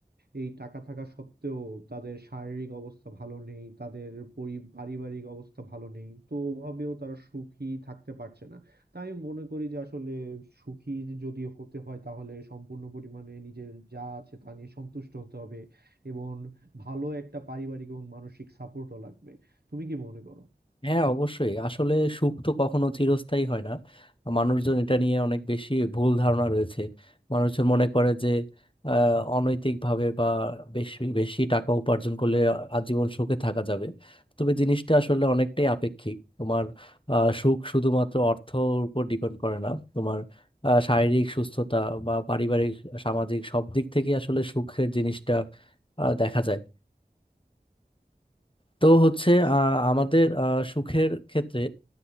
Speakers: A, on the right (about 75°); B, on the left (about 30°).
A: এই টাকা থাকা সত্ত্বেও তাদের শারীরিক অবস্থা ভালো নেই তাদের পরি- পারিবারিক অবস্থা ভালো নেই তো ওভাবেও তারা সুখী থাকতে পারছে না তাই আমি মনে করি যে আসলে সুখী যদি হতে হয় তাহলে সম্পূর্ণ পরিমাণে নিজের যা আছে তা নিয়ে সন্তুষ্ট হতে হবে এবং ভালো একটা পারিবারিক এবং মানসিক সাপোর্টও লাগবে তুমি কি মনে করো
B: হ্যাঁ অবশ্যই আসলে সুখ তো কখনো চিরস্থায়ী হয় না মানুষজন এটা নিয়ে অনেক বেশি ভুল ধারণা রয়েছে মানুষজন মনে করে যে অনৈতিক ভাবে বা বেশি বেশি টাকা উপার্জন করলে আজীবন সুখে থাকা যাবে তবে জিনিসটা আসলে অনেকটাই আপেক্ষিক তোমার আহ, সুখ শুধুমাত্র অর্থর উপর ডিপেন্ড করে না তোমার আহ, শারীরিক সুস্থতা বা পারিবারিক সামাজিক সব দিক থেকে আসলে সুখের জিনিসটা আহ, দেখা যায় তো হচ্ছে আহ, আমাদের আহ, সুখের ক্ষেত্রে